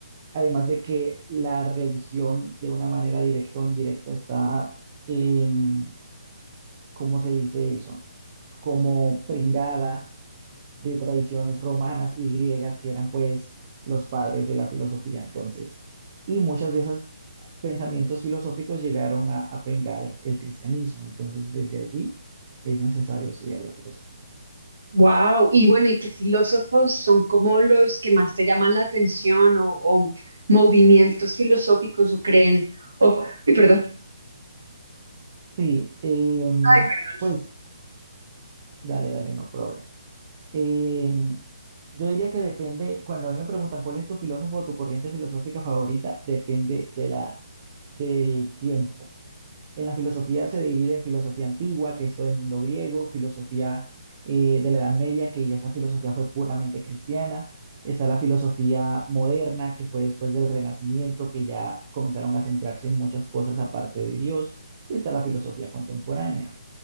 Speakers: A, on the right; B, on the right.
A: Además de que la religión, de una manera directa o indirecta, está, em, ¿cómo se dice eso? Como pringada de tradiciones romanas y griegas que eran pues los padres de la filosofía entonces. Y muchas de esas pensamientos filosóficos llegaron a, a pringar el cristianismo. Entonces, desde allí es necesario estudiar la filosofía.
B: Wow, y bueno, ¿y qué filósofos son como los que más te llaman la atención o, o movimientos filosóficos o creen o, y perdón,
A: Sí, em,
B: ay, perdón,
A: pues dale, dale, no problema. Em, yo diría que depende, cuando a mí me preguntan cuál es tu filósofo o tu corriente filosófica favorita, depende de la, del tiempo. En la filosofía se divide en filosofía antigua, que es todo el mundo griego, filosofía eh, de la Edad Media, que ya esa filosofía fue puramente cristiana. Está la filosofía moderna, que fue después del Renacimiento, que ya comenzaron a centrarse en muchas cosas aparte de Dios. Y está la filosofía contemporánea.